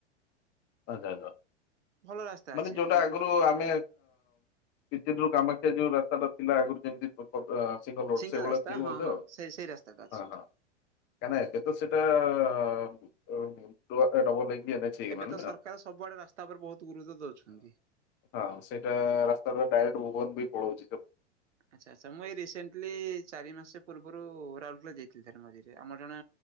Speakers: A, on the left; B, on the right.
A: ଆଚ୍ଛା ଆଚ୍ଛା <unintelligible>
B: ଭଲ ରାସ୍ତା
A: ମାନେ
B: ଅଛି
A: ଯୋଉଟା
B: ଆପଣଙ୍କର।
A: ଆଗରୁ ଆମେ ସେ ଯୋଉ କାମାକ୍ଷା ଯୋଉ ରାସ୍ତାଟା ଥିଲା ଆଗରୁ ଯେମିତି ପ୍ରପୋର ଆ ସିଙ୍ଗିଲ ରୋଡ
B: ସିଙ୍ଗଲ
A: ସେଇଭଳିଆ
B: ରାସ୍ତା
A: ଥିବ
B: ହଁ
A: ବୋଧ
B: ହଁ
A: ଆଉ ହଁ
B: ସେଇ ସେଇ ରାସ୍ତାଟା ଅଛି ଏଠି।
A: ହଁ। କାହିଁକି ନା ଏବେତ ସେଟା <unintelligible> ରୋଡଟା ଡବଲ ହେଇକି ଏନ୍ ଏଚେ ହେଇଗଲାଣି
B: ଏବେ ତ
A: ନା
B: ସରକାର
A: ହଁ
B: ସବୁଆଡେ ରାସ୍ତା ଉପରେ ବହୁତ ଗୁରୁତ୍ୱ ଦଉଛନ୍ତି।
A: ହଁ ସେଟା ରାସ୍ତାଟା ଡାଇରେକ୍ଟ ଭୁବନ ମୁଁ କହି ପଳଉଛି
B: ଆଛା ଆଛା ମୁଁ ଏଇ ରିସେଣ୍ଟଲି ଚାରି ମାସ ପୂର୍ବରୁ ରାଉରକେଲା ଯାଇଥିଲି ଥରେ ମଝିରେ ଆମର ଜଣେ